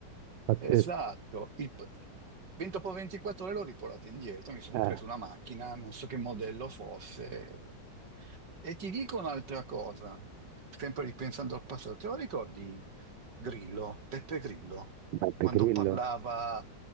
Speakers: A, on the right; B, on the right.
A: Pazzesco.
B: Esatto. Il p- ben dopo 24 ore l'ho riportato indietro, mi sono
A: Eh,
B: preso una macchina, non so che modello fosse. E ti dico un'altra cosa, sempre ripensando al passato, te lo ricordi Grillo, Peppe Grillo,
A: Beppe
B: quando
A: Grillo.
B: parlava